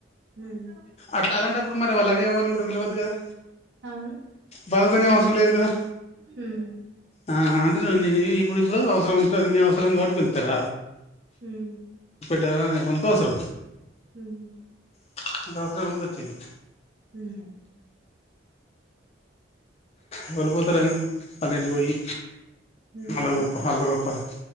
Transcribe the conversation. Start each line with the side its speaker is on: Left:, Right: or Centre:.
Right: హ్మ్.
Left: అట్లా అలాంటప్పుడు మరి వాళ్ళ అయ్య అవ్వను కూడా పిలవద్దు కదా
Right: అవును.
Left: భారతనియవాసం లేదు కదా
Right: హ్మ్.
Left: ఆ అంటే ఇప్పుడు ఇప్పుడు అవసరం ఉంటుంది మీ అవసరం కాబట్టి పిలుతర
Right: హ్మ్
Left: ట ఎవని కోసం
Right: హ్మ్
Left: <unintelligible> వచ్చింది
Right: హ్మ్
Left: ఎవరు పోతారని వాళ్ళింటికి పోయి
Right: హ్మ్
Left: అలా గొప్ప అలా గొప్పలు